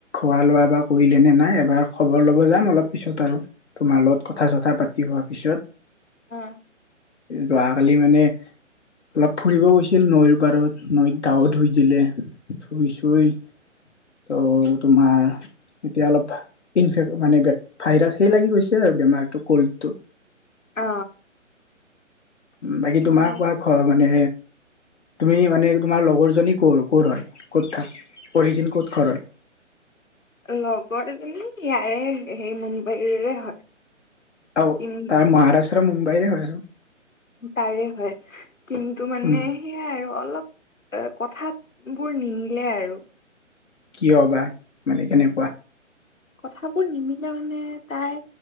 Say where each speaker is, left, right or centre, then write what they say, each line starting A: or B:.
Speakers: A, on the left; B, on the left.
A: খোৱা লোৱা বা কৰিলেনে নাই, এবাৰ খবৰ ল'ব যাম অলপ পিছত আৰু তোমাৰ লগত কথা চথা পাতিবৰ পিছত
B: অ
A: যোৱাকালি মানে অলপ ফুৰিব গৈছিল নৈৰ পাৰত, নৈত গাৱত ধুই দিলে। শুইছই ত' তোমাৰ। এতিয়া অলপ ইনফেক মানে ভাইৰাছ হে লাগি গৈছে আৰু বেমাৰটো কল্ডটো
B: অ
A: বাকী
B: উম
A: তোমাৰ কোৱা ঘ মানে তুমি মানে। তোমাৰ লগৰজনী কৰ' ক'ৰ হয় ক'ত থাক অৰিজিন ক'ত ঘৰ হয়
B: লগৰজনী ইয়াৰে সেই মুম্বাইৰে হয়।
A: আও
B: কিন্তু
A: তাৰ মহাৰাষ্ট্ৰ মুম্বাইৰে হয়।
B: তাৰে হয় কিন্তু মানে
A: উম
B: সেইয়াই আৰু অলপ তে কথাত বোৰ নিমিলে আৰু।
A: কিয় বা মানে কেনেকুৱা।
B: কথাবোৰ নিমিলে মানে তাই